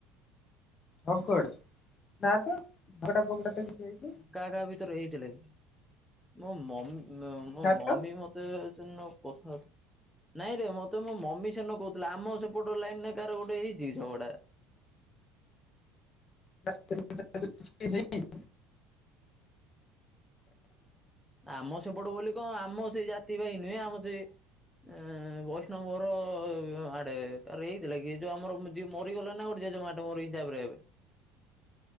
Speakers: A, on the left; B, in the centre.
A: ଭୋକଡ ନା ତ ଝଗଡା ଫକଡା ତ କିଛି ହେଇନି।
B: କା କା ଭିତରେ ହେଇଥିଲା କି ମୋ ମମି ମୋ
A: ନା ତ
B: ମମି ମତେ ତେ ସେ ଦିନ କଥା ହଉଥି ନାଇଁ ରେ ମତେ ମୋ ମମି ସେଦିନ କହୁଥିଲା। ଆମ ସେପଟ ଲାଇନରେ କାହାର ଗୋଟେ ହେଇଚି କି ଝଗଡା।
A: <unintelligible>
B: ଆମ ସେପଟ ବୋଲି କଣ ଆମ ସେଇ ଜାତି ଭାଇ ନୁହେଁ ଆମ ସେ ଅଁ ବୈଷ୍ଣବ ଘର ଆଡେ ତାର ଏଇଥିଲା କି ଏ ଯୋଉ ଆମର ଯିଏ ମରିଗଲା ନା ଗୋଟେ ଜେଜେମାଟ ମୋର ହିସାବରେ ହେବେ।